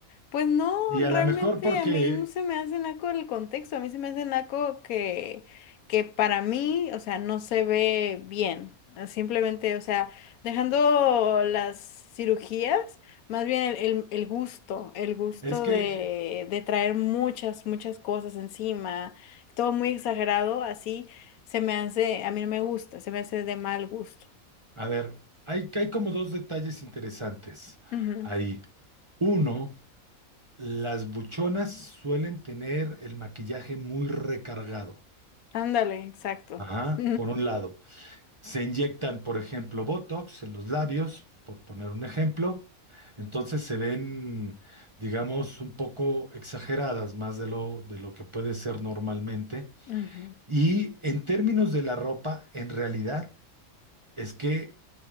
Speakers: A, on the left; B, on the right.
A: Pues no,
B: Y a
A: realmente
B: lo mejor porque
A: a mí no se me hace naco el contexto, a mí se me hace naco que, que para mí, o sea, no se ve bien. eh, Simplemente, o sea, dejando las cirugías, más bien el, el- el gusto, el gusto
B: es que,
A: de, de traer muchas, muchas cosas encima, todo muy exagerado, así se me hace, a mí no me gusta, se me hace de mal gusto.
B: a ver, hay, hay como dos detalles interesantes
A: Ujú,
B: ahí. Uno, las buchonas suelen tener el maquillaje muy recargado.
A: Ándale, exacto.
B: Ajá,
A: <laughs>
B: por un lado. Se inyectan, por ejemplo, Botox en los labios, por poner un ejemplo. Entonces se ven, digamos, un poco exageradas más de lo, de lo que puede ser normalmente.
A: Ujú.
B: Y en términos de la ropa, en realidad es que